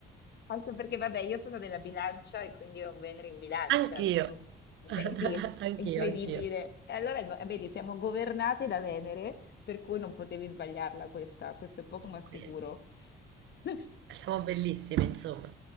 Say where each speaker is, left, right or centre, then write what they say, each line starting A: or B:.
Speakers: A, on the left (about 55°); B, on the right (about 75°).
A: anche perché, vabbè, io sono della bilancia e quindi ho un Venere in bilancia,
B: Anch'io,
A: non s- vedi,
B: <laughs> anch'io,
A: è incredibile.
B: anch'io.
A: E allora, no- eh, vedi, siamo governate da Venere, per cui non potevi sbagliarla questa, questo è poco ma sicuro.
B: Quindi,
A: <laughs>
B: Siamo bellissime, insomma.